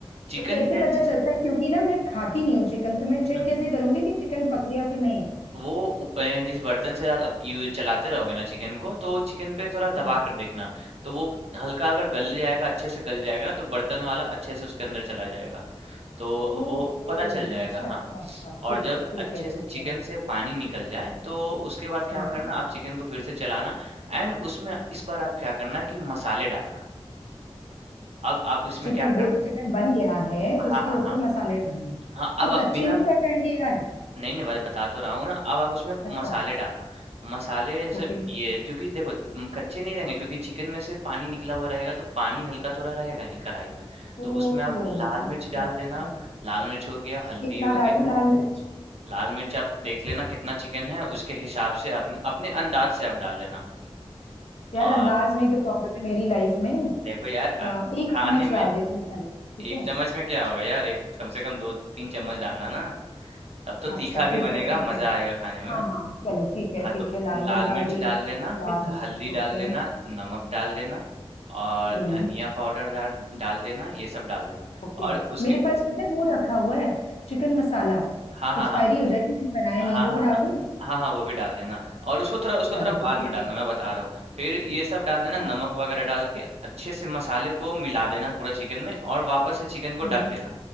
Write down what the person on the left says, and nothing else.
तो कैसे
पता चलता है क्योंकि ना मैं खाती नहीं हूँ चिकन तो मैं चेक
कैसे करूंगी कि चिकन पक गया कि नहीं
हाँ
ओके
अच्छा
अच्छा अच्छा ठीक
है ठीक
है ठीक
है
हाँ
चिकन
वो
जो चिकन बन गया है
उसके
ऊपर
मसाले डालने
तो
कच्चे
नहीं रह जाएंगे यार
अच्छा
ओके
ओ
अच्छा
अच्छा
कितना
डालूं
लाल मिर्च
यार
अंदाज में ही तो प्रॉब्लम है मेरी लाइफ में
अ,
एक चम्मच
डाल देती हूँ चलो ठीक
है
अच्छा
ठीक
है ठीक
है
हाँ हाँ चलो ठीक है
ठीक
है लाल
मिर्च डाल
दी
लाल
मिर्च
ओके
हम्म
ओके
मेरे
पास पता है वो रखा हुआ है चिकन मसाला
एक्सपायरी
हो जाएगी मैंने बनाया
नहीं है वो
भी डाल
दूँ
चलो
जी
ठीक
है
अच्छा अच्छा
हम्म